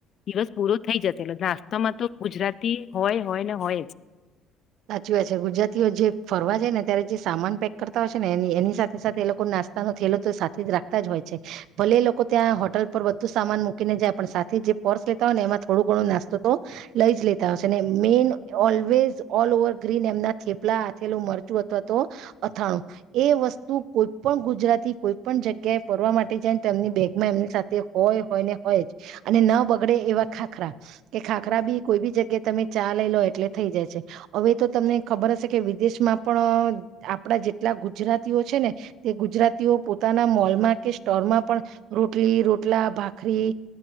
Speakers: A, on the left (about 45°); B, on the right (about 70°).
A: દિવસ પૂરો થઈ જશે. એટલે નાસ્તામાં તો ગુજરાતી હોય હોય ને હોય જ.
B: સાચી વાત છે, ગુજરાતીઓ જે ફરવા જાય ને ત્યારે જે સામાન પેક કરતા હોય છે, ને એ એની સાથે સાથે એ લોકો નાસ્તાનો થેલો તો સાથે જ રાખતા જ હોય છે. ભલે એ લોકો ત્યાં હોટલ પર બધું સામાન મૂકીને જાય પણ સાથે જે પર્સ લેતા હોય ને એમાં થોડું ઘણો નાસ્તો તો લઈ જ લેતા હોય છે, ને main always all over green એમના થેપલા હથેલું મરચું અથવા તો અથાણું એ વસ્તુ કોઈ પણ ગુજરાતી કોઈ પણ જગ્યાએ ફરવા માટે જાય એની બેગમાં એમની સાથે હોય હોય ને હોય જ અને ન બગડે એવા ખાખરા કે ખાખરા બી કોઈ બી જગ્યાએ તમે ચા લઈ લો એટલે થઈ જાય છે. હવે તો તમને ખબર હશે કે વિદેશમાં પણ આપડા જેટલા ગુજરાતીઓ છે, ને તે ગુજરાતીઓ પોતાના મોલમાં કે સ્ટોલમાં પણ રોટલી રોટલા ભાખરી